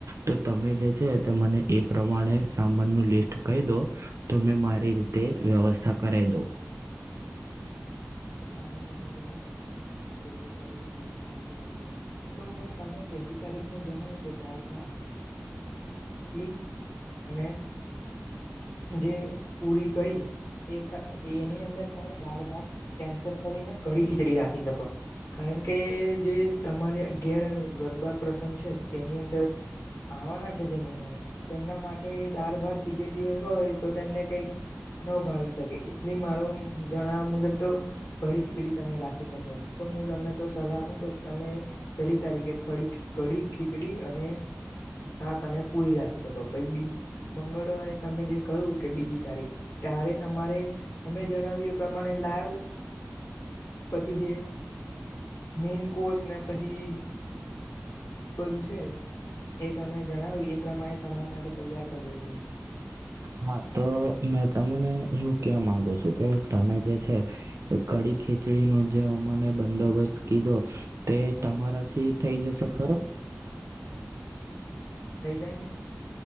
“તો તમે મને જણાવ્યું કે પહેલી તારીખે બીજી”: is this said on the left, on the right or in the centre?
Left